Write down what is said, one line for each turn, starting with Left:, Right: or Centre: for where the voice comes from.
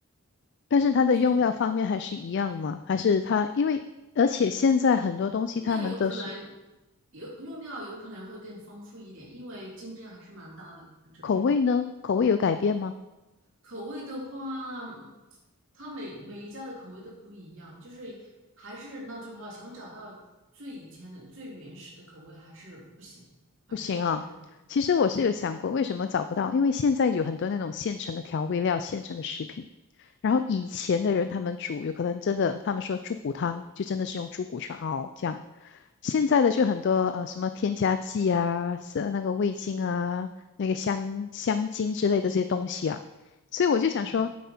Left: 但是它的用料方面还是一样吗？
Right: 是这样。
Left: 还是它因为而且现在很多东西他们都是
Right: 用料有可能有用料有可能会更丰富一点，因为竞争还是蛮大的。我们这边
Left: 口味呢？口味有改变吗？
Right: 口味的话，它每每一家的口味都不一样，就是还是那句话，想找到最以前的最原始的口味还是不行，还是就是
Left: 不行啊，其实我是有想过，
Right: 对，
Left: 为什么找不到？因为现在有很多那种现成的调味料、现成的食品。然后以前的人他们煮，有可能真的，他们说猪骨汤就真的是用猪骨去熬这样。现在的就很多呃什么添加剂啊，是那个味精啊，那个香香精之类的这些东西啊。所以我就想说，
Right: 嗯